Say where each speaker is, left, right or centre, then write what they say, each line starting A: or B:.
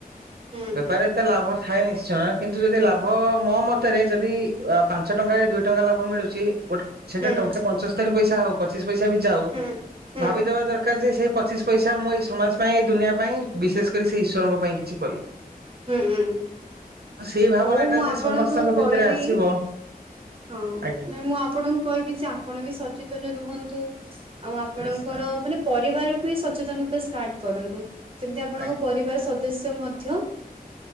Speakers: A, on the right; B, on the right.
A: ହୁଁ
B: ବେପାରୀ ଏତେ ଲାଭ ଥାଏ ନିଶ୍ଚୟ କିନ୍ତୁ ଯଦି ଲାଭ ମୋ ମତରେ ଯଦି ଆ ପାଞ୍ଚ ଟଙ୍କାରେ ଦୁଇ ଟଙ୍କା ଲାଭ ମିଳୁଚି ଗୋଟ ସେଟା
A: ହୁଁ
B: ଟଙ୍କେ ପଞ୍ଚସ୍ତରି ପଇସା ଙ୍କା ଆଉ ପଚିଶି ପଇସା ଟା ବି ଯାଉ,
A: ହୁଁ ହୁଁ
B: ଭାବିଦବ ଦରକାର ଯେ ସେ ପଚିଶ ପଇସା ମୁଁ ଏଇ ସମାଜ ପାଇଁ ଏଇ ଦୁନିଆ ପାଇଁ ବିଶେଷ କରି ସେ ଈଶ୍ଵରଙ୍କ ପାଇଁ କିଛି କଲି।
A: ହୁଁ, ହୁଁ,
B: ତ ସେଇ ଭାବନା
A: ହଉ
B: ଟା
A: ମୁଁ
B: ଯେ
A: ଆପଣଙ୍କୁ
B: ସମସ୍ତଙ୍କ ଭିତରେ
A: କହିବି
B: ଆସିବ
A: ହଁ
B: ଆଜ୍ଞା
A: ନାଇ, ମୁଁ ଆପଣଙ୍କୁ କହିବି ଯେ ଆପଣ ବି ସଚେତନ ରୁହନ୍ତୁ। ଆଉ ଆପଣଙ୍କର
B: ନିଶ୍ଚୟ
A: ମାନେ ପରିବାର ରୁ ହିଁ ସଚେତନତା ଷ୍ଟାର୍ଟ କରନ୍ତୁ। <unintelligible> ଯେମିତି ଆପଣଙ୍କ
B: ଆଜ୍ଞା।
A: ପରିବାର ସଦ ବେଶ ମଧ୍ୟ